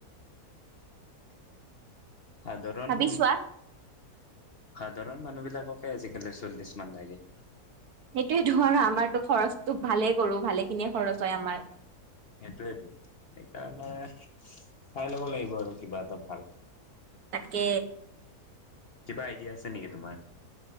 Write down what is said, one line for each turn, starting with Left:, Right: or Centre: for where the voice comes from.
Left: সাধাৰণ
Right: ভাবি চোৱা
Left: সাধাৰণ মানুহ বিলাককে আজিকালি চল্লিশ মান লাগে।
Right: সেইটোয়েতো আৰু আমাৰতো খৰচো ভালেই কৰো ভালে খিনিয়ে খৰচ হয় আমাৰ।
Left: সেইটোয়েতো সেইকাৰণে চাই লব লাগিব আৰু কিবা এটা ভাল।
Right: তাকে
Left: কিবা আইডিয়া আছে নেকি তোমাৰ?